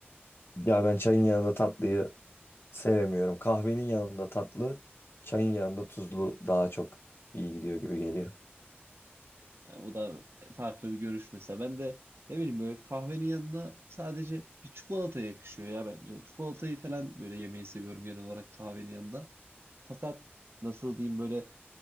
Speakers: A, on the left; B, on the right.
A: Ya ben çayın yanında tatlıyı sevemiyorum. Kahvenin yanında tatlı, çayın yanında tuzlu daha çok iyi gidiyor gibi geliyor.
B: Yani o da farklı bir görüş mesela. Ben de ne bileyim böyle kahvenin yanına sadece bir çikolata yakışıyor ya bence. Çikolatayı falan böyle yemeyi seviyorum genel olarak kahvenin yanında. Fakat nasıl diyeyim böyle